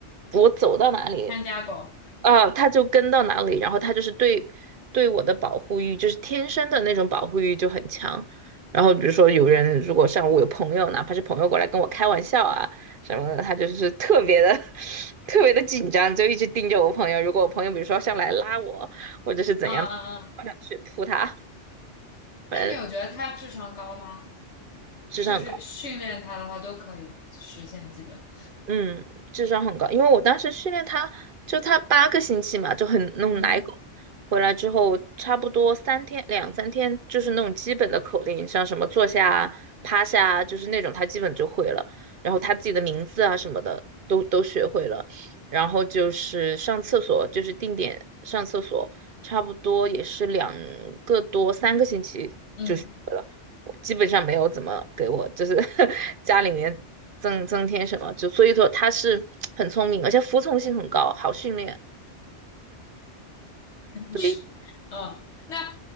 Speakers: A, on the right (about 55°); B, on the left (about 70°).
A: 我走到哪里。
B: 看家狗？
A: 啊，他就跟到哪里，然后他就是对对我的保护欲，就是天生的那种保护欲就很强。然后比如说有人如果像我有朋友，哪怕是朋友过来跟我开玩笑啊什么的，他就是特别的 <laughs> 特别的紧张，就一直盯着我朋友。如果我朋友比如说上来拉我，或者是怎样，
B: 啊啊啊！
A: 我想去扑他，反正
B: 那你有觉得他智商高吗？
A: 智商很高。
B: 就是训练他的话都可以实现基本。
A: 嗯，智商很高，因为我当时训练它，就它八个星期嘛，就很那种奶狗，
B: 嗯
A: 回来之后差不多三天两三天，就是那种基本的口令，像什么坐下啊、趴下啊，就是那种它基本就会了，然后它自己的名字啊什么的都都学会了，然后就是上厕所，就是定点上厕所，差不多也是两个多三个星期。
B: 嗯，
A: 就学了。我基本上没有怎么给我就是 <laughs> 家里面增增添什么，就所以说他是很聪明，而且服从性很高，好训练，所以
B: 是嗯。那